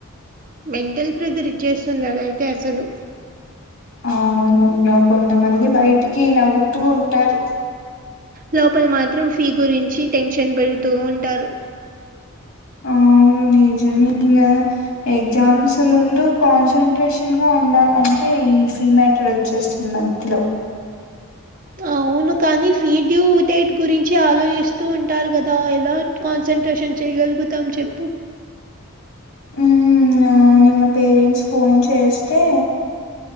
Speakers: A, on the right (about 40°); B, on the left (about 65°).
A: మెంటల్ ప్రెజర్ ఇచ్చేస్తుంది అదయితే అసలు
B: ఆ అవును ఇంగ కొంతమంది బయటికి నవ్వుతూ ఉంటారు
A: లోపల మాత్రం ఫీ గురించి టెన్షన్ బడుతూ ఉంటారు
B: అవును నిజమే ఇంగ ఎగ్జామ్స్ ముందు కాన్సన్ంట్రేషన్ గా ఉండాలంటే ఈ ఫీ మ్యాటర్ వి చెస్ట్ మధ్యలో
A: అవును కానీ ఫీ డ్యూ డేట్ గురించి మంచిి ఆలోచిస్తూ ఉంటారు కదా ఎలా కాన్సన్ంట్రేషన్ చేయగలుగుతాం చెప్పు
B: ఉ అవును ఇంకా పేరెంట్స్ ఫోన్ చేస్తే